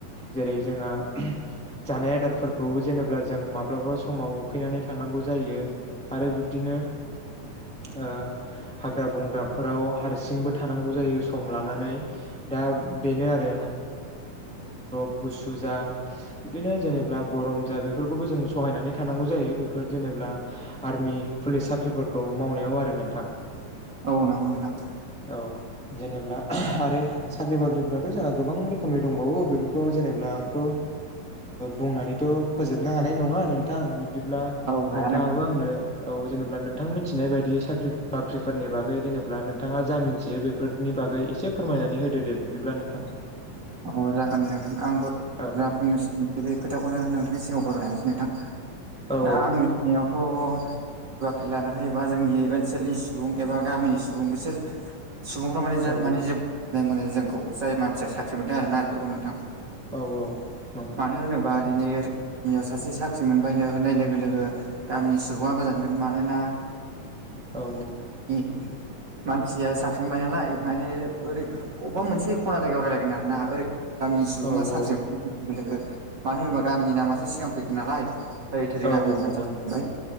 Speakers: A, in the centre; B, on the right.
A: जेरै जोंहा जानाय आदारफोरखौ जेनेब्ला जों माब माब्लाबा समाव उखैनानै थानांगौ जायो आरो बिब्दिनो ओ हाग्रा बंग्राफोराव हारसिंबो थानांगौ जायो सम लानानै। दा बेनो आरो। बिदिनो जेनेबा गरम जा बेफोरखौबो जों सहायनानै थानांगौ जायो बेफोर जेनेब्ला आर्मि पुलिस साख्रिफोरखौ मावनायाव आरो नोंथां।
B: औ नोंगौ नोंथां।
A: औ जेनेब्ला आरो साख्रि बाख्रिफोराथ' जोंहा गोबां रोखोमनि दंबावो बेफोरखौ जेनेब्ला आंथ' ओ बुंनानैथ' फोजोबनो हानाय नङा नोंथां बिब्दिब्ला
B: औ हाया
A: नोंथाङाबो
B: नोंथां
A: आंनो औ जेनेबा नोंथां मिथिनाय बायदि साख्रि बाख्रिफोरनि बागै जेनेबा नोंथाङा जा मिन्थियो बे फोरनि बागै एसे फोरमायनानै होदो दे बिब्दिब्ला नोंथां।
B: <inaudible> <unintelligible> अ जागोन दे नोंथां आंबो
A: औ
B: जा फंनैसो मोनथियो बे खोथाखौनो नोंथांनि सिगाङाव फोरमायना होनोसै नोंथां।
A: औ
B: दा आं मिथिनायावथ' बाख्रि लानो हायोबा जोंनि ओनसोलनि सुबुं एबा गामिनि सुबुं बिसोर सुबुंफ्रा माने जा
A: औ
B: माने जोबनाय मोनो जोंखौ जाय मानसिया साख्रि मोनदों आरोना बेफोरखौ नोंथां।
A: औ औ नंगौ
B: मानो
A: नोंथां
B: होनोबा <unintelligible> निया सासे साख्रि मोनबायनो होननाय लोगो लोगो गामिनि सुबुङा गोजानगोन मानोना
A: औ
B: ओ मानसिया साख्रि मोनबाय नालाय माने ओरै अबेबा मोनसे खना जायगायाव रायलाय जोगोन आरो ना ओरै गामिनि सुबुङा
A: औ
B: साख्रि
A: औ
B: लोगो मानो होनोबा गामिनि नामासो सिगां फैगोन नालाय ओरै थोरै
A: औ
B: गामिनि मानसिफोर
A: नंगौ नोंथां